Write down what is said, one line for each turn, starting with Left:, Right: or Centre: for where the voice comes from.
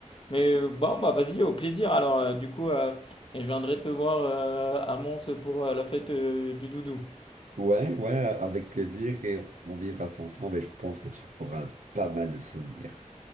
Left: Mais bon, bah vas-y, au plaisir. Alors, euh, du coup, euh, je viendrai te voir euh, à Mons pour euh, la fête euh, du doudou.
Right: Ouais, ouais, avec plaisir, et on on vivra ça ensemble, et je pense que tu auras pas mal de souvenirs.